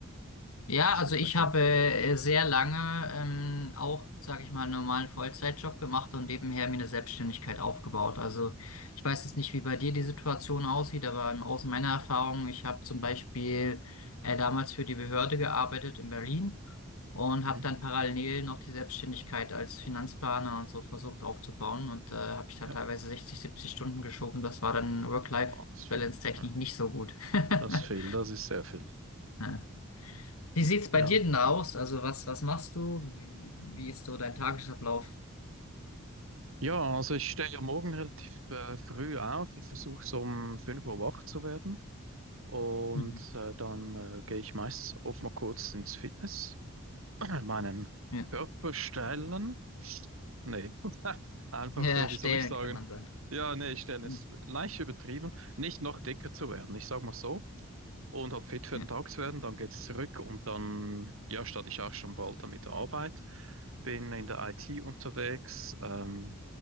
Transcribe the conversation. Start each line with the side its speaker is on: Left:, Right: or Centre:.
Left: Ja,
Right: Kannst
Left: also
Right: du mir vielleicht
Left: ich habe
Right: helfen?
Left: äh, sehr lange ähm, auch, sage ich mal, einen normalen Vollzeitjob gemacht und nebenher mir eine Selbstständigkeit aufgebaut. Also ich weiß jetzt nicht, wie bei dir die Situation aussieht, aber ähm, aus meiner Erfahrung, ich habe zum Beispiel äh, damals für die Behörde gearbeitet in Berlin und
Right: Mhm.
Left: habe dann parallel noch die Selbstständigkeit als Finanzplaner und so versucht aufzubauen und äh, habe ich dann
Right: Ja,
Left: teilweise 60, 70 Stunden geschoben. Das war dann Work-Life-Balance-technisch
Right: wow, das ist viel. Ja.
Left: nicht so gut. <laughs>
Right: Das ist viel, das ist sehr viel.
Left: Ja. Wie sieht's bei
Right: Ja.
Left: dir denn aus? Also was, was machst du? Wie, wie ist so dein Tagesablauf?
Right: Ja, also ich stehe ja morgen relativ äh, früh auf. Ich versuche so um 5 Uhr wach zu werden. Und
Left: Mhm.
Right: äh, dann äh, gehe ich meistens oft mal kurz ins Fitness. Ja, meinen
Left: Ja.
Right: Körperstellen? Nee, <laughs> einfach,
Left: Ja,
Right: äh,
Left: erstellen
Right: wie soll ich sagen?
Left: kann man sagen.
Right: Ja, nee, Stellen ist
Left: Hm,
Right: leicht übertrieben. Nicht noch dicker zu werden, ich sag mal so. Und hab fit für
Left: Ja.
Right: den Tag zu werden, dann geht's zurück und dann, ja, starte ich auch schon bald damit der Arbeit. Bin in der IT unterwegs. Ähm,